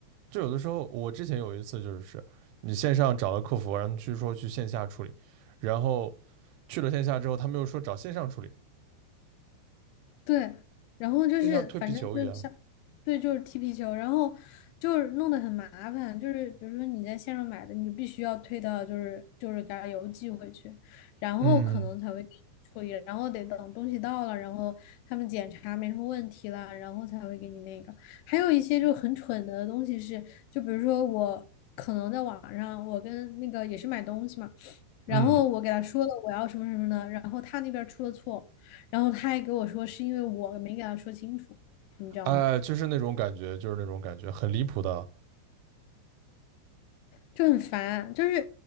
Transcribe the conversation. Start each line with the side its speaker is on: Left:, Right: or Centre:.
Right: 就有的时候，我之前有一次就是你线上找了客服，然后去说去线下处理，然后去了线下之后，他们又说找线上处理，
Left: 对，然后就是反正就像，
Right: 就像推皮球一样。
Left: 对，就是踢皮球，然后就是弄得很麻烦，就是比如说你在线上买的，你就必须要退到就是就是给他邮寄回去，然后可能才会给你处理，
Right: 嗯
Left: 然后得等东西到了，然后他们检查没什么问题了，然后才会给你那个。还有一些就很蠢的东西是，就比如说我可能在网上，我跟那个也是买东西嘛。然后我给他说了我要什么什么的，
Right: 嗯，
Left: 然后他那边出了错，然后他还给我说是因为我没给他说清楚，你知道吗？
Right: 哎，就是那种感觉，就是那种感觉，很离谱的。
Left: 就很烦，就是